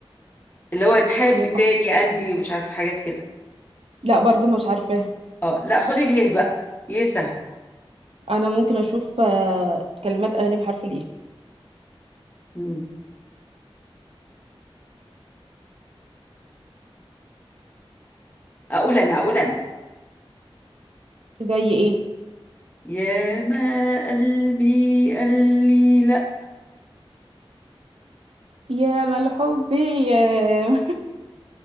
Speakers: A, on the left; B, on the right.
A: اللي هو تحب
B: نفع-
A: تاني قلبي ومش عارفه حاجات كده
B: لا برضو مش عارفاها
A: اه لا خدي ليه بقى يه سهل
B: انا ممكن اشوف آه، كلمات اغاني بحرف الايه
A: مم. اقول انا اقول انا
B: زي ايه
A: يا ما قلبي قال لي لا
B: يا مال حبي يا